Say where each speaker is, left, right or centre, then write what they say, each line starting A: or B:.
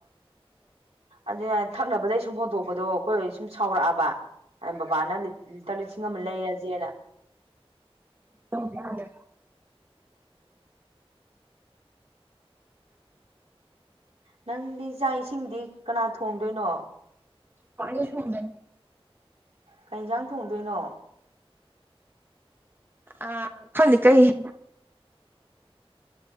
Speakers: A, on the right (about 85°); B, on the right (about 20°).
A: ꯑꯗꯨ ꯌꯥ ꯊꯛꯅꯕꯗꯩ ꯁꯨꯝ ꯍꯣꯟꯇꯣꯛꯄꯗꯣ ꯑꯩꯈꯣꯏ ꯁꯨꯝ ꯁꯥꯎꯔꯛꯑꯕ ꯕꯕꯥꯅ ꯂꯤꯇꯔ ꯂꯤꯁꯤꯡ ꯑꯃ ꯂꯩꯔꯁꯦꯅ
B: <unintelligible>
A: ꯅꯪꯗꯤ ꯆꯥꯛ ꯏꯁꯤꯡꯗꯤ ꯀꯅꯥ ꯊꯣꯡꯗꯣꯏꯅꯣ
B: ꯀꯦꯁꯗꯅꯤ
A: ꯀ ꯌꯦꯟꯖꯥꯡ ꯊꯣꯡꯗꯣꯏꯅꯣ
B: ꯑ ꯐꯗꯤ ꯀꯩ <unintelligible>